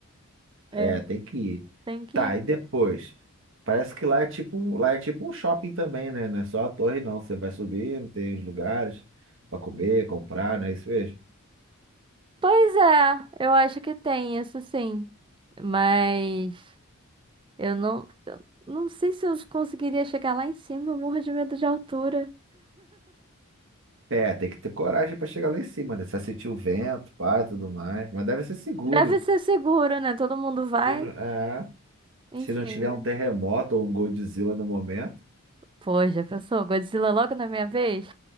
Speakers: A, on the right; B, on the right.
A: É,
B: É, tem que ir.
A: tem que
B: Tá,
A: ir.
B: e depois? Parece que lá é tipo, um- lá é tipo um shopping também, né? Não é só a torre, não. Você vai subindo, tem os lugares pra comer, comprar, não é isso mesmo?
A: Pois é, eu acho que tem isso sim. Mas eu não, eu não sei se eu conseguiria chegar lá em cima, eu morro de medo de altura.
B: É, tem que ter coragem pra chegar lá em cima, né? Você vai sentir o vento, pá, e tudo mais. Mas deve ser seguro.
A: Deve ser seguro, né? Todo mundo vai.
B: Se não, é,
A: Enfim,
B: se não tiver
A: né?
B: um terremoto ou um Godzilla no momento.
A: Pô, já pensou? Godzilla logo na minha vez?